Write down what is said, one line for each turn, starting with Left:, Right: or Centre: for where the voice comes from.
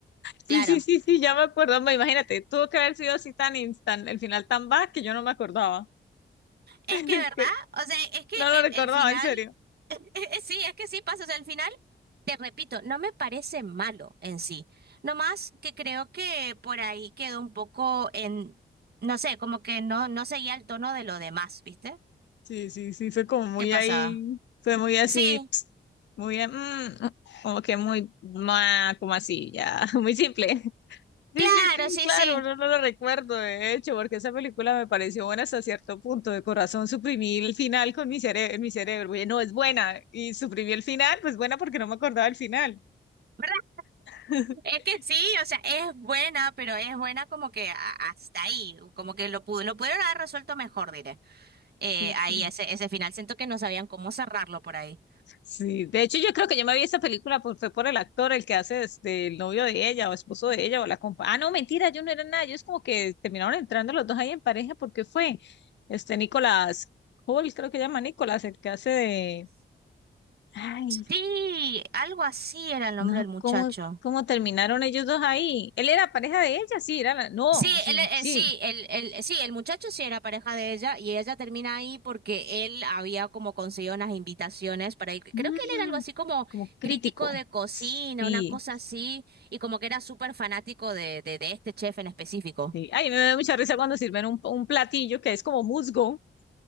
Left: Sí,
Right: Claro.
Left: sí, sí, sí, ya me acuerdo. Me imagínate, tuvo que haber sido así tan instant, el final tan bad que yo no me acordaba.
Right: Es
Left: <laughs>
Right: que, ¿verdad?
Left: Que
Right: O sea, es que
Left: no lo
Right: el,
Left: recordaba,
Right: el final,
Left: en serio.
Right: <laughs> sí, es que sí pasa. O sea, el final, te repito, no me parece malo en sí. Nomás que creo que por ahí quedó un poco en, no sé, como que no, no seguía el tono de lo demás, ¿viste?
Left: Sí, sí, sí, fue como muy
Right: ¿Qué pasaba?
Left: ahí, fue muy así,
Right: Sí,
Left: Muy mm, como que muy, ma como así, ya, <laughs> muy simple. Sí,
Right: claro,
Left: sí, sí,
Right: sí,
Left: claro,
Right: sí.
Left: no, no lo recuerdo, de hecho, porque esa película me pareció buena hasta cierto punto. De corazón suprimí el final con mi cerebro, mi cerebro. Oye, no, es buena. Y suprimí el final, pues buena porque no me acordaba el final.
Right: ¿Verdad?
Left: <laughs>
Right: Es que sí, o sea, es buena, pero es buena como que a- hasta ahí, como que lo pudo, lo pudieron haber resuelto mejor, diré. Eh,
Left: Sí,
Right: ahí
Left: sí.
Right: ese, ese final, siento que no sabían cómo cerrarlo por ahí.
Left: Sí, de hecho, yo creo que yo me vi esa película por, fue por el actor, el que hace este, el novio de ella o esposo de ella o la compa. Ah, no, mentira, yo no era nada. Ellos como que terminaron entrando los dos ahí en pareja porque fue este Nicolás Hall, creo que llama Nicolás, el que hace de. Ay,
Right: Sí, algo así era el nombre
Left: No,
Right: del muchacho.
Left: ¿cómo, cómo terminaron ellos dos ahí? Él era pareja de ella, sí, era la... No,
Right: Sí,
Left: sí,
Right: él, eh,
Left: sí.
Right: eh, sí, el, el, eh, sí, el muchacho sí era pareja de ella y ella termina ahí porque él había como conseguido unas invitaciones para ir.
Left: Mm,
Right: Creo que él era algo así como
Left: como crítico.
Right: crítico de cocina,
Left: Sí,
Right: una cosa así, y como que era súper fanático de, de, de este chef en específico.
Left: sí. Ay, me da mucha risa cuando sirven un, un platillo que es como musgo.